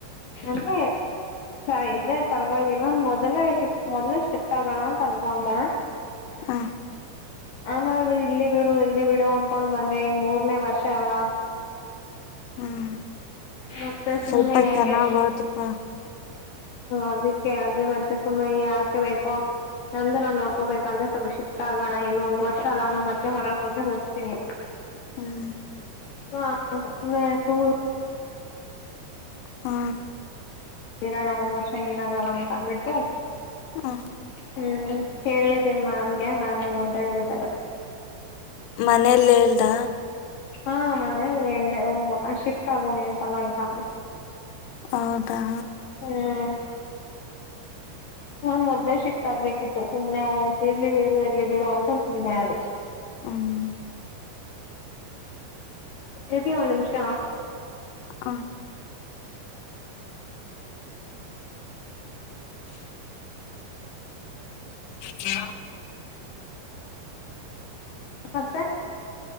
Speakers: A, on the left; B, on the left.
A: ಅದೇ.
B: <inaudible>
A: ಚಾ ಇದ ಪರ್ವಾಗಿಲ್ಲ ಮೊದಲೇ ಶಿಫ್ಟ್ ಮೊದಲೇ ಶ್ರಿಫ್ಟ್ ಆಗಣ ಅಂತ್ ಅನ್ಕೊಂಡ.
B: ಹಾ.
A: ನಾನು ಇರ್ಲಿ ಬಿಡು ಇರ್ಲಿ ಬಿಡು ಅನ್ಕೊಂಡ್ ಬಂದೆ ಇಗ್ ಮೂರ್ನೇ ವರ್ಷ ಅಲ್ಲ.
B: ಹ್ಮ್
A: ಮತ್ತೆ
B: ಸ್ವಲ್ಪ
A: ಸುಮ್ನೆ ಯಾಕೆ
B: ಚೆನ್ನಾಗ್ ಓದುಪ.
A: ಅದುಕ್ಕೆ ಸುಮ್ನೆ ಯಾಕ್ರೀ ಯಪ್ಪ ನಂದು ನನ್ ನೋಡ್ಕೊಬೇಕಲ್ವಾ ಸ್ವಲ್ಪ ಶಿಫ್ಟ್. ನೋ ಇನ್ ಒಂದ್ ವರ್ಷ ನಾನು ಬರ್ತಿನ್ ಹೊರಗ್ ಓದ್ರು ಹೋಗ್ತೀನಿ.
B: ಹ್ಮ್.
A: ಹ <unintelligible>
B: ಹ್ಮ.
A: ಇರಾಣ ಒಂದ್ ವರ್ಷ ಏನಾಗಲ್ಲ ಅಂತ ಅಂದ್ಬಿಟ್ಟು
B: ಹ.
A: ಹ್ಮ್ ಕೇಳಿದೆ ಮ್ಯಾಮ್ಗೆ ಮ್ಯಾಮ ಹೂ ಅಂತ ಹೇಳಿದ್ದಾರೆ.
B: ಮನೇಲ್ಲಿ ಹೇಳ್ದ?
A: ಹಾ ಮನೇಲಿ ಹೇಳ್ದೆ ಹಾ ಹೂ ಶಿಫ್ಟ್ ಆಗು ಏನ ಪರವಾಗಿಲ್ಲ ಅಂದ್ರು.
B: ಹೌದಾ
A: ಹ್ಮ್.
B: <inaudible>
A: ನಾನ್ ಮೊದ್ಲೆ ಶಿಫ್ಟ್ ಆಗ್ಬೇಕಿತ್ತು ಸುಮ್ನೆ ಹೋಗಿ ಇರ್ಲಿ ಬಿಡು ಇರ್ಲಿ ಬಿಡು ಅಂತ ಸುಮ್ಮನೆ ಆದೆ.
B: ಹ್ಮ್.
A: ಇರ್ರಿ ಒಂದ ನಿಮಿಷ
B: ಹಾ <inaudible> <inaudible>
A: <unintelligible>